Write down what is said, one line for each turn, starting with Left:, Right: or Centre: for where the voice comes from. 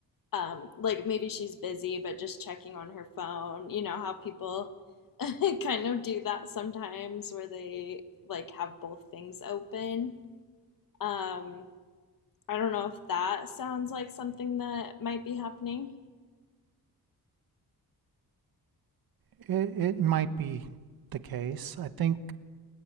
Left: um like maybe she's busy but just checking on her phone, you know how people <laughs> kind of do that sometimes where they like have both things open. Um I don't know if that sounds like something that might be happening.
Right: It, it might be the case. I think